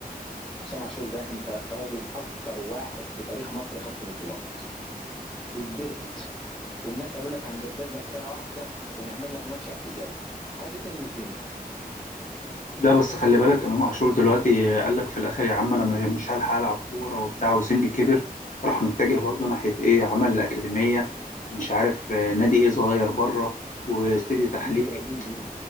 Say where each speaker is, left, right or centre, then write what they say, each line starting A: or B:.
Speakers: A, in the centre; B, on the left.
A: حسام عاشور ده انت راجل اكتر واحد في تاريخ مصر خدت بطولات وكبرت والناس قالوا لك هنجدد لك سنه واحده ونعمل لك ماتش اعتزال عايز ايه تاني من الدنيا
B: ده بس خلي بالك امام عاشور دلوقتي قال لك في الاخر يا عم انا م- مش هلحق العب كوره وبتاع وسني كبر راح متجه برضه ناحيه ايه عمل الاكاديميه ومش عارف آه، نادي ايه صغير بره واستديو تحليلي
A: مين ده مين مين